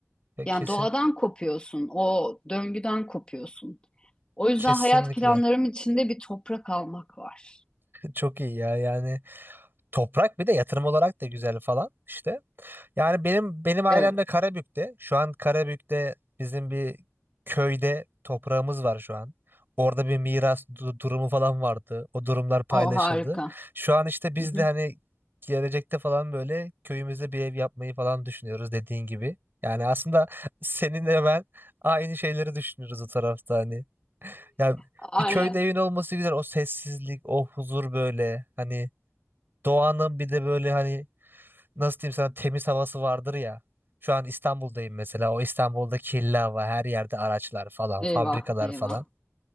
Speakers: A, on the right; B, on the left.
A: Ya
B: Yani
A: kesin
B: doğadan kopuyorsun, o döngüden kopuyorsun. O yüzden
A: Kesinlikle.
B: hayat planlarım içinde bir toprak almak var.
A: Çok iyi ya. Yani toprak bir de yatırım olarak da güzel falan işte. Yani benim benim ailem
B: Evet.
A: de Karabük'te. Şu an Karabük'te bizim bir köyde toprağımız var şu an. Orada bir miras du- durumu falan vardı. O durumlar paylaşıldı.
B: O harika.
A: Şu an işte biz
B: Hı hı.
A: de hani gelecekte falan böyle köyümüzde bir ev yapmayı falan düşünüyoruz dediğin gibi. Yani aslında <laughs> seninle ben aynı şeyleri düşünüyoruz o tarafta hani. Ya
B: Aynen.
A: bir köyde evin olması güzel. O sessizlik, o huzur böyle. Hani doğanın bir de böyle hani nasıl diyeyim sana temiz havası vardır ya. Şu an İstanbul'dayım mesela. O İstanbul'da kirli hava, her yerde araçlar falan,
B: Eyvah,
A: fabrikalar
B: eyvah.
A: falan.